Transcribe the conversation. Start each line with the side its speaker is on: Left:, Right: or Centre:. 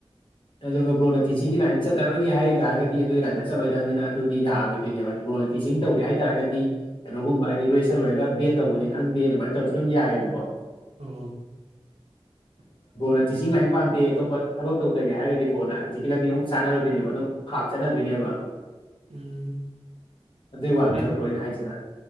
Left: ꯑꯗꯨꯒ ꯕ꯭ꯔꯣꯅ ꯇꯤꯆꯤꯡꯒꯤ ꯂꯥꯏꯟ ꯆꯠꯂꯔꯣꯏꯒꯦ ꯍꯥꯏꯕ ꯇꯥꯔꯒꯗꯤ ꯑꯗꯨꯒꯤ ꯂꯥꯏꯟꯗ ꯆꯠꯂꯣꯏꯗꯕꯅꯤꯅ ꯑꯗꯨꯗꯤ ꯌꯥꯔꯣꯏꯗꯣꯏꯅꯦꯕ ꯍꯥꯏꯗꯤ ꯕ꯭ꯔꯣ ꯇꯤꯆ ꯇꯧꯒꯦ ꯍꯥꯏꯇꯥꯔꯒꯗꯤ ꯀꯩꯅꯣꯒꯨꯝꯕ ꯒ꯭ꯔꯦꯁꯟ ꯂꯔꯒ ꯕꯦꯠ ꯇꯧꯕꯅꯤ ꯈꯪꯗꯦ ꯑꯗꯨꯃꯥꯏ ꯇꯧꯔꯁꯨ ꯑꯗꯨ ꯌꯥꯏꯑꯕꯀꯣ
Right: ꯑꯣ
Left: ꯅꯅ ꯇꯤꯆꯤꯡ ꯂꯥꯏꯟ ꯄꯥꯝꯗꯦ ꯑꯇꯣꯞꯄ ꯊꯕꯛ ꯇꯖꯒꯦ ꯍꯥꯏꯔꯒꯗꯤ ꯕ꯭ꯔꯣꯅ ꯍꯧꯖꯤꯛꯀꯤ ꯂꯝꯕꯤ ꯅꯨꯡꯛ ꯆꯥꯟꯅꯔꯣꯏꯗꯣꯏꯅꯦꯕ ꯑꯗꯨꯪ ꯐꯥꯛ ꯆꯠꯅꯗꯣꯏꯅꯦꯕ
Right: ꯎꯝ
Left: ꯑꯗꯨꯏ ꯋꯥꯅꯤꯗꯧꯕ꯭ꯔꯣ
Right: ꯑꯩ
Left: ꯑꯩꯅ ꯍꯥꯏꯁꯤꯗ